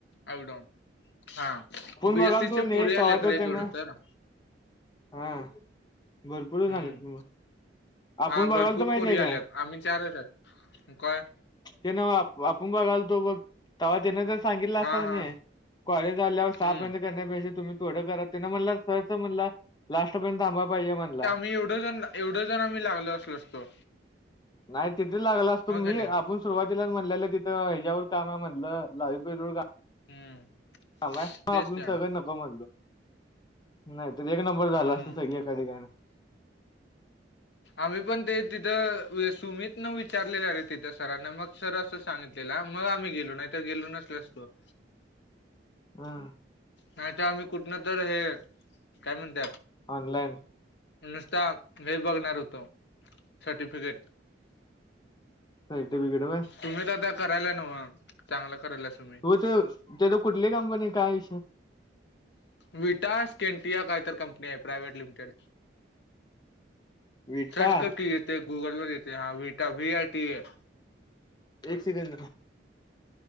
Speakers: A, on the left; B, on the left.
A: अपडाऊन हा बीएससीची
B: बघाल तू नाही
A: पोरी
B: तेव्हा
A: आली तर
B: त्यांना
A: एकवढ तर
B: हा भरपूरच
A: हम्म
B: आलेत तु मग आपण
A: हा
B: बघाल
A: भरपूर
B: तर माहिती
A: पोरी
B: आहे काय
A: आल्यात आम्ही चारच आहे काय
B: ते ना आपण बघाल तो बघ तवा्हा जन ज सांगितला असता
A: हा हा
B: न कॉलेज आल्यावर सहा
A: हम्म
B: प करण्यापेजे तुम्ही थोडं करा ते म्हणला सहच म्हणला लास्टपर्यंत थांबा पाहिजे म्हणला
A: मी एवढं जनला एवढं जण आम्ही लागल असलो असतो
B: नाही तिथे लागल असतो
A: हो
B: मी
A: का नाही
B: आपण सुरुवातीला म्हटलेलं तिथं ह्याच्यावर काम आहे म्हटलं लाव पर
A: हम्म
B: हां म
A: तेच
B: आपून
A: का
B: सगळं नको म्हणलो नाहीत एक नंबर
A: हम्म
B: झाला असत सग कळ घण
A: आम्ही पण ते तिथं सुमीित विचारलेलं र तिथं सरांना मग सर असं सांगितलेलं मग आम्ही गेलो नाही तर गेलो नसल असतो
B: हा
A: नाही तर आम्ही कुठन तर हे काय म्हणत
B: ऑनलाईन
A: नुसता हे बघणार होतो सर्टिफिकेट
B: हट बघिड व
A: तुम्ही तर आता करायला नव चांगलं करायलाय तुम्
B: त त्या कुठलीही कंपनी काय
A: विटास केंटिया काहीतर कंपनी आहे प्रायव्ट लिमिटेड
B: विटा
A: सर्च करकी येत गूगल म देत हा वटा व आय टी आहे
B: एक सेकंड